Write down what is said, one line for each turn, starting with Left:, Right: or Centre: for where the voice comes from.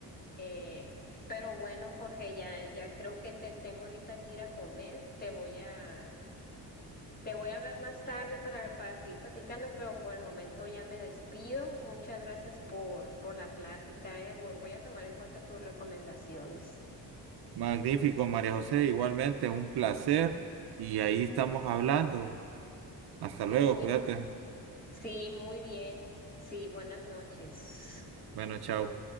Left: Eh, pero bueno, Jorge, ya, ya creo que te tengo ahorita que ir a comer, te voy a, te voy a hablar más tarde para, para seguir platicando, pero por el momento ya me despido. Muchas gracias por, por la plática, eh. Voy, voy a tomar en cuenta tus recomendaciones.
Right: Magnífico, María José, igualmente, un placer, y ahí estamos hablando. Hasta luego,
Left: Muy
Right: cuídate.
Left: Sí, muy bien. Sí, buenas noches.
Right: Bueno, chao.